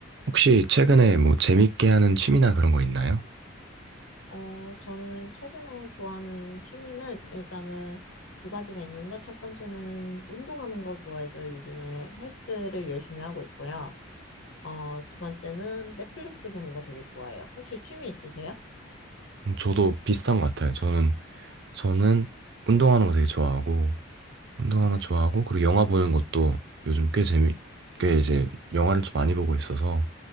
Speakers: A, on the right; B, on the left.
A: 혹시 최근에 뭐 재밌게 하는 취미나 그런 거 있나요?
B: 어, 저는 최근에 좋아하는 취미는 일단은 두 가지가 있는데, 첫 번째는 운동하는 거 좋아해서 요즘에 헬스를 열심히 하고 있고요. 어, 두 번째는 넷플릭스 보는 거 되게 좋아해요. 혹시 취미 있으세요?
A: 음, 저도 비슷한 것 같아요. 저는, 저는 운동하는 거 되게 좋아하고, 운동하는 거 좋아하고, 그리고 영화 보는 것도 요즘 꽤 재미, 꽤 이제 영화를 좀 많이 보고 있어서,